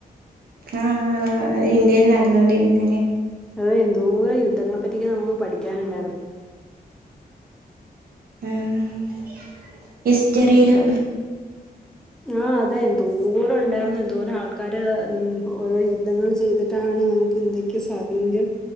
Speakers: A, on the right (about 70°); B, in the centre.
A: ആഹ് ഇന്ത്യയിൽ നടന്നോൊണ്ടിരുന്നല്ലേ
B: ആഹ് എന്തോ യുദ്ധങ്ങളെ പറ്റിയോ ക്കെ നമുക്ക് പഠിക്കാനുണ്ടായിരുന്നു
A: ഉംഹ് ഹിസ്റ്ററിയില്
B: ആഹ് അതെ എന്തോരണ്ടായിരുന്നു എന്തോരം ആൾക്കാര് ഉംഹ് ഓരോ യുദ്ധങ്ങൾ ചെയ്തിട്ടാണ് നമുക്ക് ഇന്ത്യക്ക് സ്വാതന്ത്ര്യം